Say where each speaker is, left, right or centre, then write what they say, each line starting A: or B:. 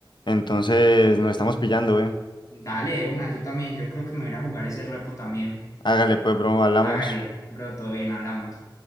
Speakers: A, on the left; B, on the left.
A: Entonces nos estamos pillando, eh.
B: dale de una, yo también, yo creo que me voy a ir a jugar ese repo también.
A: Hágale pues, bro, hablamos.
B: Hágale, bro, todo bien, hablamos.